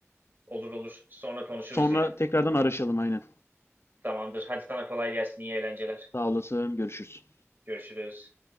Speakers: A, on the right; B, on the left.
A: Olur olur. Sonra konuşuruz
B: Sonra
A: yine.
B: tekrardan araşalım aynen.
A: Tamamdır. Hadi sana kolay gelsin. İyi eğlenceler.
B: Sağ olasın. Görüşürüz.
A: Görüşürüz.